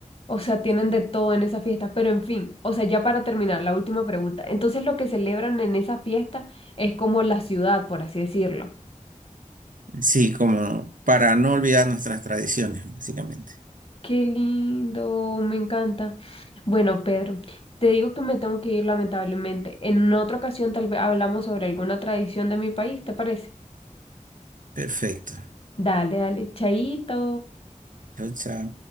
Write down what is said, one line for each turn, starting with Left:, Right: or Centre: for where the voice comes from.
Left: O sea, tienen de todo en esa fiesta, pero en fin, o sea, ya para terminar, la última pregunta. Entonces, lo que celebran en esa fiesta es como la ciudad, por así decirlo.
Right: Sí, como para no olvidar nuestras tradiciones, básicamente.
Left: Qué lindo, me encanta. Bueno, Pedro, te digo que me tengo que ir lamentablemente. En otra ocasión tal vez hablamos sobre alguna tradición de mi país, ¿te parece?
Right: Perfecto.
Left: Dale, dale, chaito.
Right: Chao, chao.